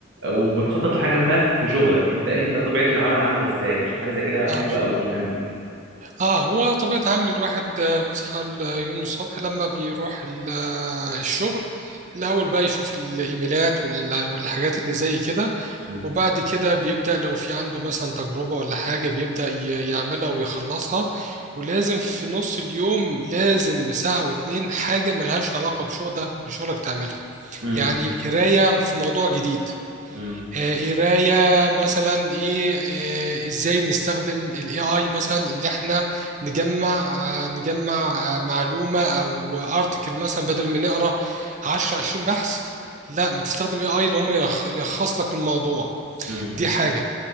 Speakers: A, on the right; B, on the right.
A: وبتخطط لحاجه ما في شغلك انت انت طبيعه العمل عامله ازاي عشان حاجه زي كده
B: اه
A: حلوه
B: شوف
A: قوي مهمه
B: اه هو طبيعة عمل الواحد آه، بيصحى اليوم الصبح لما بيروح ال- آه، الشغل الأول بقى يشوف الإيميلات وال- والحاجات اللي زي كده
A: مم.
B: وبعد كده بيبدأ لو في عنده مثلا تجربة ولا حاجة بيبدأ ي- يعملها ويخلصها ولازم في نص اليوم لازم ساعة واتنين حاجة ملهاش علاقة بشغلك بشغلك تعملها
A: مم.
B: يعني قراية في موضوع جديد
A: مم.
B: آه، قرايه مثلا ايه آه، ازاي نستخدم الاي اي مثلا اللي احنا نجمع آه، نجمع آه، معلومه او ارتكل مثلا بدل ما نقرا 10 20 بحث لا ما تستخدم اي اي اللي هم يلخ- يلخص لك الموضوع
A: مم.
B: دي حاجه